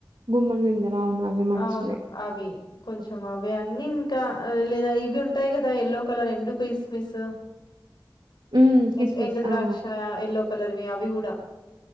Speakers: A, on the right; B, on the left.
A: మిమ్మల్ గింజలా అవి మంచివి
B: అవును. అవి. కొంచెం అవి అన్నీ ఇంకా లేదా ఇవి ఉంటాయి కదా యల్లో కలర్ ఎండు కిస్మిస్
A: హ్మ్ కిస్మిస్
B: ఎం ఎండు ద్రాక్ష
A: ఆ
B: ఎల్లో కలర్ వి అవి కూడా